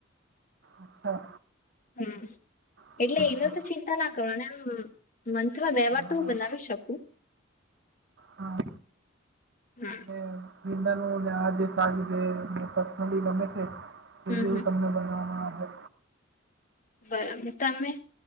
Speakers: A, on the right; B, on the left.
A: અચ્છા
B: હમ
A: ઠીક
B: એટલે એનો
A: છે
B: તો ચિંતા ના કરો અનેમ મંથમાં બે
A: હા
B: વાર તો હું બનાવી શકું
A: હા
B: હમ
A: વિીંદ નું ને આ જે સારું છેને પર્સનલી ગમે છે એ
B: હમ
A: બવું
B: હમ
A: તમને બનાવવામાં આવે
B: બરાબર તમે